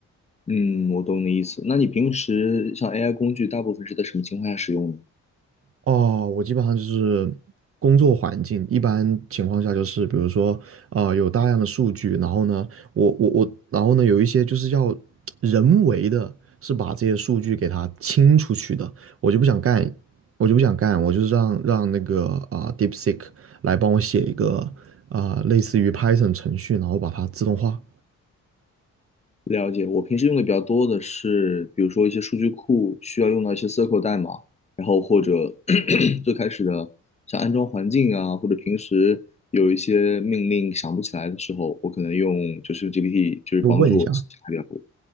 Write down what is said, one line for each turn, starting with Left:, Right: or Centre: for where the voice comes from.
Left: 嗯，我懂你意思。那你平时像 AI 工具，大部分是在什么情况下使用呢？
Right: 哦，我基本上就是工作环境，一般情况下就是比如说，啊，有大量的数据，然后呢，我我我，然后呢，有一些就是要人为的，是把这些数据给它清出去的，我就不想干，我就不想干，我就是让让那个啊、呃 DeepSeek 来帮我写一个啊、类似于 Python 程序，然后把它自动化，
Left: 了解，我平时用的比较多的是，比如说一些数据库需要用到一些 c SQL 代码，然后或者 <clears throat> 最开始的像安装环境啊，或者平时有一些命令想不起来的时候，我可能用就是 GPT，就是帮助我记起来比较多。
Right: 就问一下。